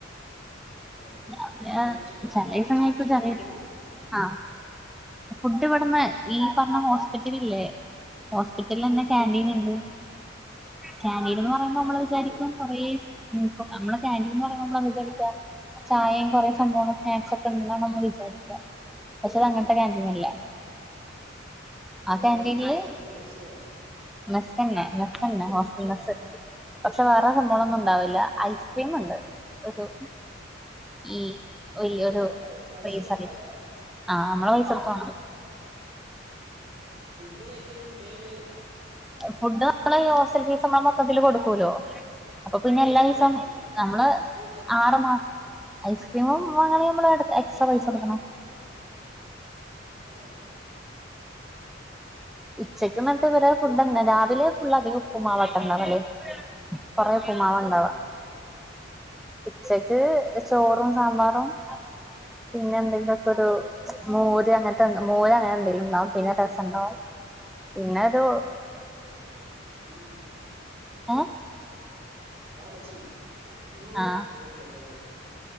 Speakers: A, on the right; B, in the centre.
A: ആ
B: രാവിലെ
A: അപ്പൊ ഉച്ചക്കാ
B: ചെലസം
A: ഉച്ചക്ക്
B: കഴിക്കും
A: ഫുഡ്
B: ചെല
A: കൊണ്ടുപോവോ
B: സം ആ ഫുഡ് ഇവിടുന്ന് ഈ പറഞ്ഞ ഹോസ്പിറ്റലി ല്ലേ ഹോസ്പ്പി ത്തിൽന്നെ കാൻറ്റീൻ
A: ആ
B: ഉണ്ട് ക്യാന്റീന്ന് പറയുമ്പോ
A: അപ്പൊ
B: നമ്മള്
A: അവർ
B: വിചാരിക്കും
A: തരുവോ
B: കൊറേ നമ്മള് ക്യാന്റീന്ന്പറയുമ്പോ നമ്മളഎന്താ വിചാരിക്ക ചായയും കുറേ സംഭവങ്ങളും സ്നാക്സ് ഒക്കെ ഉണ്ടെന്നാണ് നമ്മൾ വിചാരിക്കുക പക്ഷെ അത്ങ്ങന ത്ത ക്യാന്റീനല്ല
A: ആ
B: ആ
A: ഒരു
B: ക്യാന്റീനില്
A: ഹോസ്റ്റലിലെ മെസ്സ് പോലെ
B: മെസ്സ ന്നെ മെസ്സ് ഇണ്ട് ഹോസ്റ്റാൽ മെസ്സ് പക്ഷെ വേറെ സംഭോളൊന്നും
A: ആ
B: ഉണ്ടാവില്ല
A: അതാണ്
B: ഐസ്ക്രീം ഉണ്ട് ഒരു ഈ വല്യ
A: അതിന്
B: ഒരു
A: പൈ-
B: പൈസ
A: കൊടുത്ത്
B: ഉ
A: വാങ്ങാനാ
B: ളെള ആ നമ്മള് പൈസ കൊടുത്ത് വാങ്ങുല്ല
A: ഹെ ഫുഡ് കഴിക്കല് ഡ് ഡ്
B: ഫുഡ് നമ്മളെ ഹോസ്റ്റൽ ഫീസ്മ്മ മൊത്തത്തില്കൊടുക്കൂ ലോ അപ്പൊ പിന്നെ എല്ലാ
A: ആ
B: ദിവസം
A: അപ്പൊ കുഴപ്പമില്ല
B: നമ്മള്
A: ഐസ്ക്രീം ആ
B: ആറ്മാസ ഐസ്ക്രീമും വാങ്ങനങ്കിൽ നമ്മൾ എക്സ്ട്രാ പൈസ കൊടുക്കണം
A: ആ ഓക്കെ ഓക്കെ മനസ്സിലായി മനസ്സിലായി.
B: ഉച്ചക്ക്ന്നട്ട് ഇവടെ ഫുഡ്ണ് രാവിലെ
A: മനസ്സിലായി.
B: ഫുൾ അതികം ഉപ്പുമാവട്ടഇണ്ടാവല് കൊറെ ഉപൂമാവ ഉണ്ടവാ
A: ആ
B: ഉച്ചക്ക്
A: ഓ,
B: ചോറും സാമ്പാറും പിന്നെ എന്ത അതൊക്കെ ഒരു
A: ആ
B: മോര് അങ്ങനത്തെ മോര് അങ്ങനെ എന്തെങ്കിലും ഉണ്ടാവും പിന്നെ രസംണ്ടാവും പിന്നെ അത്
A: മോര് ഉം
B: ഏ
A: <unintelligible> ആ മൻഷയി ഈ മോല്ലല്ലരാ
B: ആഹ്